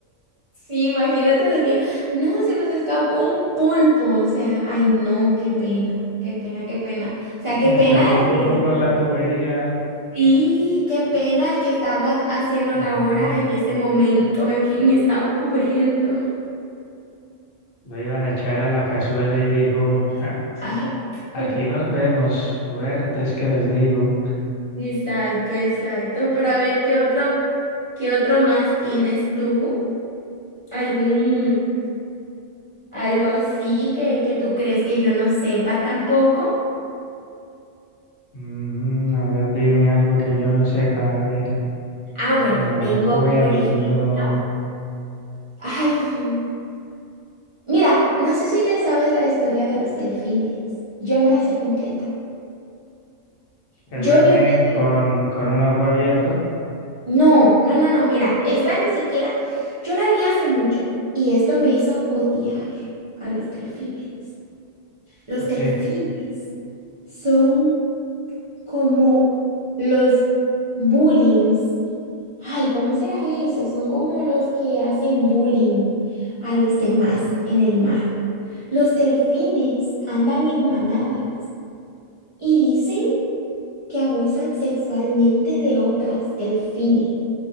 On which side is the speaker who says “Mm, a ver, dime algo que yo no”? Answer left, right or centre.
Left